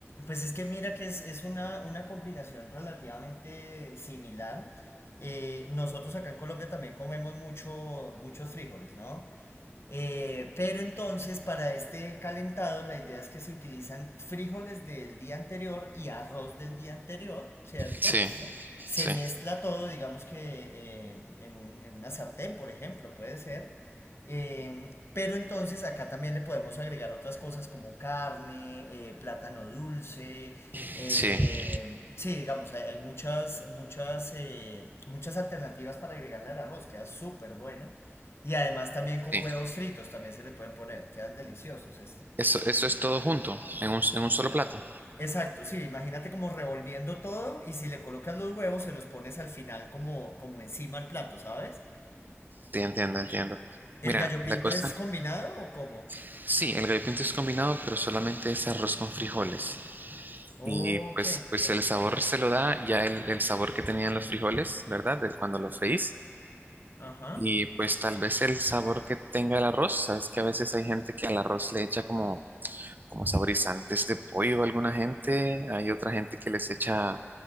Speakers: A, on the left; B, on the right.
A: Pues es que mira que es, es una, una combinación relativamente similar. Eh, nosotros acá en Colombia también comemos mucho, muchos frijoles, ¿no? Eh, pero entonces para este calentado la idea es que se utilizan frijoles del día anterior y arroz del día anterior, ¿cierto?
B: Sí,
A: se
B: sí,
A: mezcla todo, digamos que eh, en un- en una sartén, por ejemplo, puede ser. Eh, pero entonces acá también le podemos agregar otras cosas como carne, eh, plátano dulce.
B: sí,
A: eh, sí, digamos, hay, hay muchas, muchas, eh, muchas alternativas para agregarle al arroz, queda súper bueno. Y además también con
B: sí.
A: huevos fritos también se le pueden poner, quedan deliciosos esto.
B: Eso, eso es todo junto, en un, en un solo plato.
A: Exacto, sí, imagínate como revolviendo todo y si le colocas los huevos se los pones al final como, como encima al plato, ¿sabes?
B: Sí, entiendo, entiendo.
A: ¿El
B: Mira,
A: gallo
B: la
A: pinto
B: cosa,
A: es combinado o cómo?
B: sí, el gallo pinto es combinado, pero solamente es arroz con frijoles.
A: Ok,
B: Y pues, pues el sabor se lo da ya el, el sabor que tenían los frijoles, ¿verdad? De cuando los freís.
A: ajá.
B: Y pues tal vez el sabor que tenga el arroz, sabes que a veces hay gente que al arroz le echa como, como saborizantes de pollo, alguna gente, hay otra gente que les echa